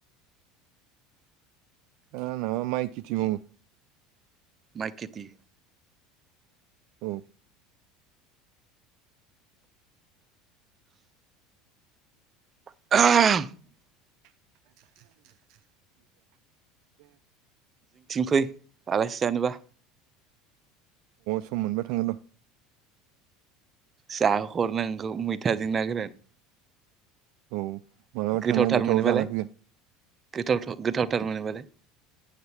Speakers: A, on the right; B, on the right.
A: ओ न'आव माइखेथि मावो।
B: माइ खेथि
A: औ
B: <inaudible>
A: <inaudible> <inaudible> अ
B: फै आलासि जानोबा
A: सम मोनबा थागोन औ
B: जाहो हरनो आं नोंखौ मैथाजों ना गोरान
A: औ मालाबा
B: गोथावथार
A: थांना गोथाव
B: मोनोबालाय
A: जाना फैगोन
B: गो-गोथावथार मोनोबालाय।